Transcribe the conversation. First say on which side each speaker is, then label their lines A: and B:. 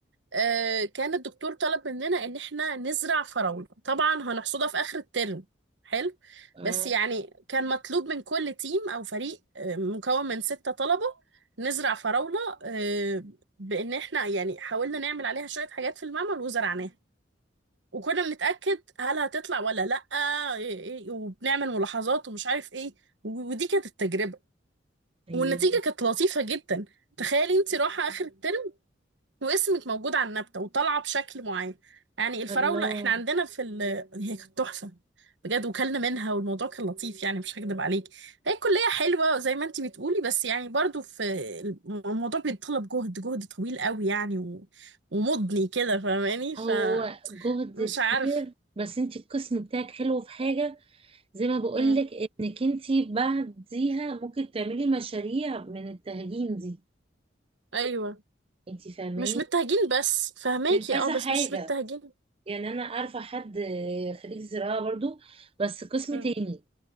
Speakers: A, on the right; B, on the right.
A: آه، كان الدكتور طلب مننا ان احنا نزرع فراولة طبعا هنحصدها في اخر الترم حلو
B: اه
A: بس يعني كان مطلوب من كل تيم او فريق آه، مكون من ستة طلبة نزرع فراولة آه، بان احنا يعني حاولنا نعمل عليها شوية حاجات في المعمل وزرعناها وكنا بنتأكد هل هتطلع ولا لأ إيه- إيه، وبنعمل ملاحظات ومش عارف ايه و- ودي كانت التجربة
B: ايوه
A: والنتيجة كانت لطيفة جدا تخيلي انت رايحة آخر الترم واسمك موجود على النبتة وطالعة بشكل معين يعني الفراولة
B: الله
A: احنا عندنا في ال... هي كانت تحفة بجد وكلنا منها والموضوع كان لطيف يعني مش هكدب عليك هي الكلية حلوة زي ما انت بتقولي بس يعني برضو في الم- الموضوع بيتطلب جهد جهد طويل قوي يعني و... ومضني كده فاهماني فمش
B: هو جهد كتير
A: عارف
B: بس انت القسم بتاعك حلو في حاجة زي ما بقولك
A: مم.
B: انك انتي بعديها ممكن تعملي مشاريع من التهجين دي
A: ايوه
B: انتي فاهماني
A: مش متهجين بس فهماكي
B: من كذا
A: اه بس
B: حاجة
A: مش متهجين
B: يعني انا عارفة حد آه، خريج زراعة برضو بس قسم
A: امم
B: تاني